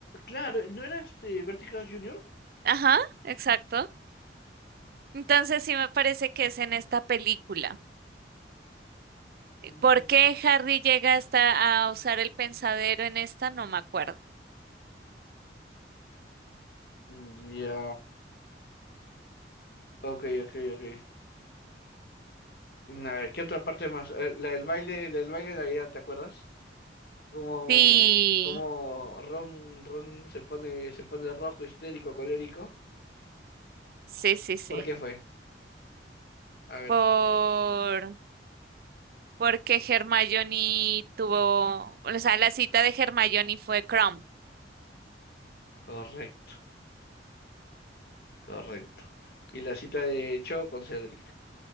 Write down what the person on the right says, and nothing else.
Ajá, exacto. Entonces sí me parece que es en esta película.
¿Por qué Harry llega hasta a usar el pensadero en esta? No me acuerdo.
Sí,
sí, sí, sí.
Por porque Hermione tuvo, o sea, la cita de Hermione fue Crumb.